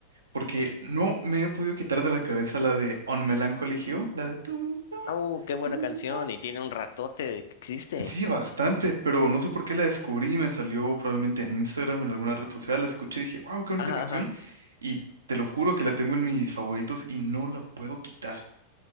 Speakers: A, on the right; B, on the left.
A: porque no me he podido quitar de la cabeza la de On Melancholy Hill, la de tun, tun,
B: Uh, qué buena
A: tun,
B: canción
A: tun.
B: y tiene un ratote de que existe.
A: Sí, bastante, pero no sé por qué la descubrí, me salió probablemente en Instagram, en alguna red social, la escuché y dije, wow, qué bonita
B: Ajá,
A: canción.
B: ajá.
A: Y te lo juro que la tengo en mis favoritos y no la puedo quitar.